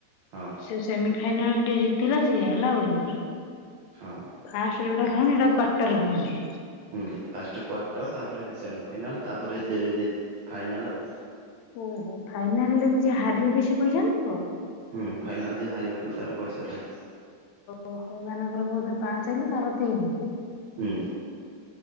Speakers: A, on the right; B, on the left.
A: ହଁ
B: ସେ ସେମି ଫାଇନାଲ୍ ଟେ ଜିତିଲା ସିଏ ହେଲା ୱିିନର୍।
A: ହଁ।
B: ଫାଷ୍ଟ ଯୋଉଟା ଖେଳନ୍ତି, ସେଟାକୁ କ୍ୱାଟର୍ କୁହନ୍ତି।
A: ହୁଁ, ଫାଷ୍ଟ କ୍ଵାର୍ଟର, ତାପରେ ସେମିଫାଇନାଲ୍, ତାପରେ ଯେ ଜି- ଫାଇନାଲ ଆଉ।
B: ଓହୋ, ଫାଇନାଲ୍ ରେ ବି ଯିଏ ହାରିବ ବି ସିଏ ପଇସା ନବ?
A: ହୁଁ, ଫାଇନାଲ ଯିଏ ହାରିବ ବି ତାର ପଇସା ଥାଏ।
B: ଓହୋ! ଏମାନଙ୍କର ବୋଧେ ପାଞ୍ଚ ହେଲେ ତାର ତିନି?
A: ହୁଁ।